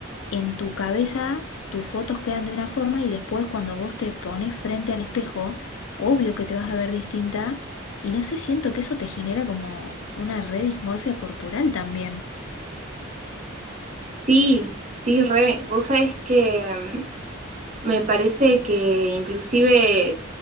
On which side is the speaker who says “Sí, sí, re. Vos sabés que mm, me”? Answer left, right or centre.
Right